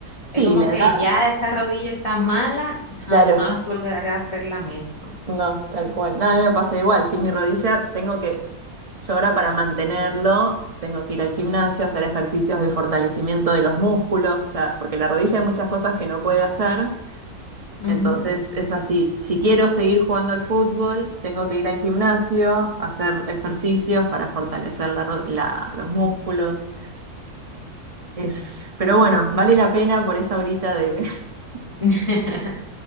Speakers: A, on the right; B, on the left.
A: Sí,
B: Es como
A: la
B: que
A: edad,
B: ya esa rodilla está mala, jamás
A: claro.
B: volveré a hacer la misma.
A: No, tal cual. no, a mí me pasa igual, si mi rodilla tengo que Yo ahora para mantenerlo tengo que ir al gimnasio, hacer ejercicios de fortalecimiento de los músculos, o sea, porque la rodilla hay muchas cosas que no puede hacer.
B: Ujú.
A: Entonces es así, si quiero seguir jugando al fútbol, tengo que ir al gimnasio, hacer ejercicios para fortalecer la ro- la- los músculos. Es, pero bueno, vale la pena por esa horita de... <laughs>
B: <laughs>